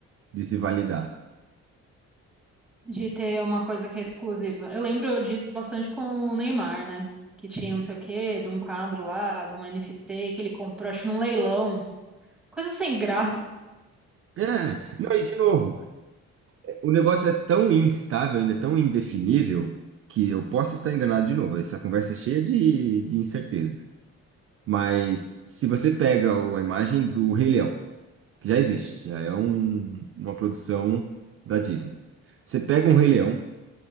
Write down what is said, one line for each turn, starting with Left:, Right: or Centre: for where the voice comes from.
Right: de se validar.
Centre: de ter uma coisa que é exclusiva. Eu lembro disso bastante com o Neymar, né? Que tinha um não sei o quê, de um quadro lá, de um NFT que ele comprou, acho que num leilão. Coisa sem graça.
Right: É, não, e de novo, o negócio é tão instável, ainda tão indefinível, que eu posso estar enganado de novo. Essa conversa é cheia de, de incertezas. Mas se você pega o- a imagem do Rei Leão, que já existe, já é um- uma produção da Disney. Você pega um Rei Leão,